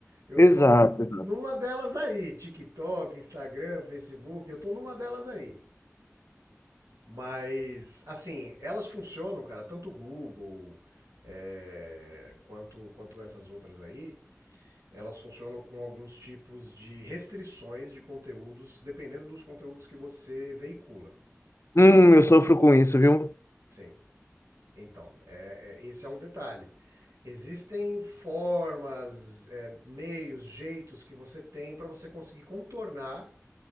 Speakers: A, on the right; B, on the left.
A: Eu
B: Exato.
A: tô num- numa delas aí, TikTok, Instagram, Facebook, eu tô numa delas aí. Mas assim, elas funcionam, cara, tanto o Google é, quanto quanto essas outras aí, elas funcionam com alguns tipos de restrições de conteúdos, dependendo dos conteúdos que você veicula.
B: Hum, eu sofro com isso, viu?
A: Sim. Então, é, é, esse é um detalhe. Existem formas, é, meios, jeitos que você tem para você conseguir contornar